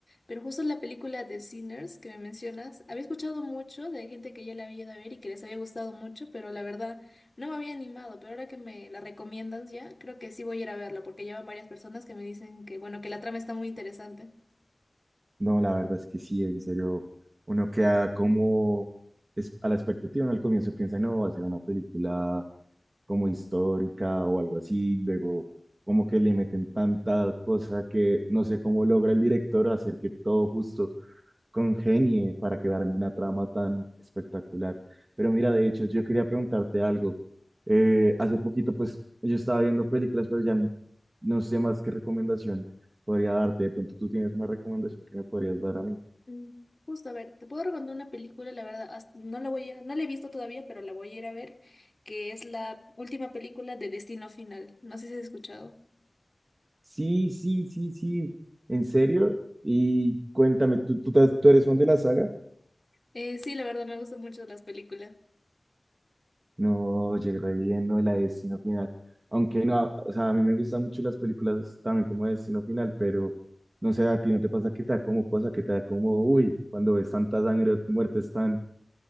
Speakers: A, on the left (about 35°); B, on the right (about 50°).
A: pero justo la película de Sinners que me mencionas, había escuchado mucho de gente que ya la había ido a ver y que les había gustado mucho, pero la verdad no me había animado, pero ahora que me la recomiendas ya, creo que sí voy a ir a verla porque llevan varias personas que me dicen que, bueno, que la trama está muy interesante.
B: No, la verdad es que sí, en serio, uno queda como es a la expectativa, uno al comienzo piensa, no, va a ser una película como histórica o algo así, luego como que le meten tanta cosa que no sé cómo logra el director hacer que todo justo congenie para quedar en una trama tan espectacular. Pero mira, de hecho, yo quería preguntarte algo. Eh, hace poquito, pues, yo estaba viendo películas, pero ya n- no sé más qué recomendación podría darte. De pronto tú tienes una recomendación que me podrías dar a mí.
A: Mm, Justo, a ver, te puedo recomendar una película, la verdad, hasta- no la voy a, no la he visto todavía, pero la voy a ir a ver, que es la última película de Destino Final. No sé si has escuchado.
B: Sí, sí, sí, sí. ¿En serio? Y cuéntame, ¿tú, tú, te has- tú eres fan de la saga?
A: Eh, sí, la verdad, me gustan mucho las películas.
B: No, llegué re bien, no, la de Destino Final. Aunque no, o sea, a mí me gustan mucho las películas también como Destino Final, pero no sé, a ti no te pasa que te da como cosa, que te da como, uy, cuando ves tanta sangre o muertes tan